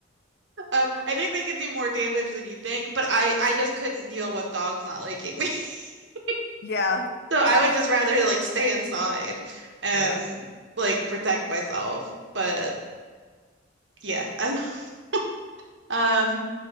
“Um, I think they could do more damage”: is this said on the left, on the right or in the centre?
Right